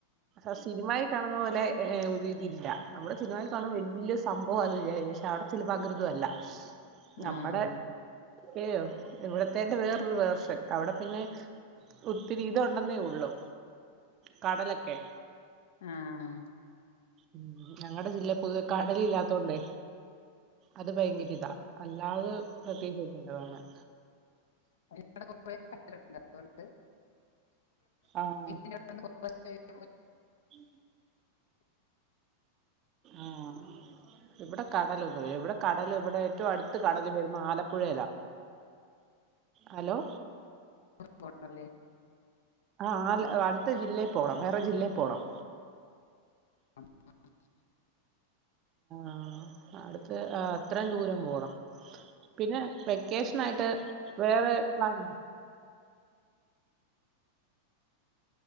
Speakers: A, on the right; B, on the left.
A: ആഹ് സിനിമയി കാണുന്ന പോലെ ഏഹ് ഒരിതില്ല. നമ്മള് സിനിമയി കാണുമ്പോ വല്ല്യാ സംഭവാന്ന് വിചാരിക്കും. പക്ഷെ അവിടെ ചെല്ലുമ്പോ അങ്ങനൊന്നു അല്ല. നമ്മടെ
B: ആഹ്
A: <unintelligible> ഇവിടത്തേന്റെ വേറൊരു വേർഷൻ അവിടെ പിന്നെ ഒത്തിരി ഇതൊണ്ടെന്നേയൊള്ളൂ. കടലെക്കെ.
B: ആഹ്
A: ഉം ഞങ്ങടെ ജില്ലേ പൊതുവെ കടലില്ലാത്തോണ്ടേ അത് ഭയങ്കര ഇതാ. അല്ലാതെ പ്രത്യേകിച്ചൊന്നൂല്ല കാണാൻ.
B: <unintelligible> കൊറേ കടലുണ്ട് അതോണ്ട്
A: ആഹ്.
B: <unintelligible>
A: <inaudible> ആഹ്. ഇവടെ കടലൊന്നും ഇല്ല. ഇവടെ കടൽ ഇവടെ ഏറ്റവും അടുത്ത് കടൽ വരുന്ന ആലപ്പുഴേല്ലാ. ഹലോ?
B: <unintelligible>
A: ആഹ് അൽ അടുത്ത ജില്ലേ പോണം വേറെ ജില്ലേ പോണം.
B: ആഹ് <unintelligible>
A: ആഹ് അടുത്ത് ആഹ് അത്രേം ദൂരം പോണം. പിന്നെ വെക്കേഷൻ ആയിട്ട് വേറെ പ്ലാനൊന്നും